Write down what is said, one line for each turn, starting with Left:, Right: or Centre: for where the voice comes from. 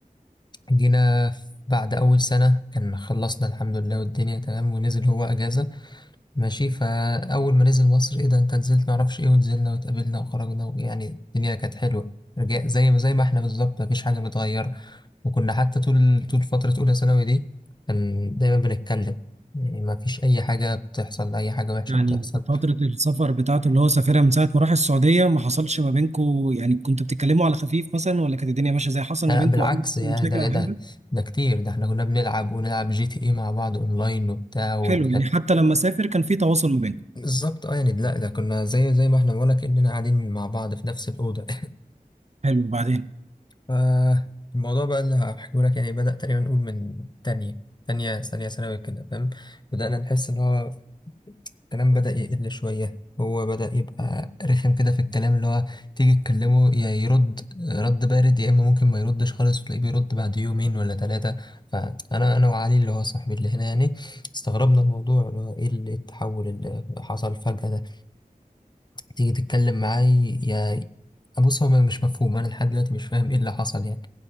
Left: جينا في- بعد أول سنة كان خلصنا الحمد لله والدنيا تمام ونزل هو أجازة ماشي فأول ما نزل مصر إيه ده أنت نزلت معرفش إيه ونزلنا واتقابلنا وخرجنا ويعني الدنيا كانت حلوة رجع زي ما زي ما إحنا بالظبط مفيش حاجة متغيرة وكنا حتى طول طول فترة أولى ثانوي دي كان دايما بنتكلم يعني مفيش أي حاجة بتحصل أي حاجة وحشة
Right: يعني
Left: بتحصل
Right: في فترة السفر بتاعته اللي هو سافرها من ساعة ما راح السعودية ما حصلش ما بينكو يعني كنتوا بتتكلموا على خفيف مثلا ولا كانت الدنيا ماشية زي حصل
Left: لا
Right: ما بينكو
Left: بالعكس
Right: أي
Left: يا
Right: مشاكل
Left: ده
Right: أو
Left: ده
Right: حاجة؟
Left: ده كتير ده إحنا كنا بنلعب ونلعب جي تي إيه مع بعض أونلاين وبتاع وك...
Right: حلو يعني حتى لما سافر كان في تواصل ما بينكم
Left: بالظبط أه يعني لا ده كنا زي زي ما إحنا بقولك إننا قاعدين مع بعض في نفس الأوضة <laughs>
Right: حلو بعدين
Left: فالموضوع بقى اللي هحكيه لك يعني بدأ تقريبا نقول من تانية تانية تانية ثانوي كده فاهم بدأنا نحس إن هو الكلام بدأ يقل شوية هو بدأ يبقى رخم كده في الكلام اللي هو تيجي تكلمه يا يرد رد بارد يا إما ممكن ما يردش خالص وتلاقيه بيرد بعد يومين ولا ثلاثة فأنا أنا وعلي اللي هو صاحبي اللي هنا يعني استغربنا الموضوع اللي هو إيه اللي التحول اللي حصل فجأة ده تيجي تتكلم معاه يا بص هو مش مفهوم أنا لحد دلوقتي مش فاهم إيه اللي حصل يعني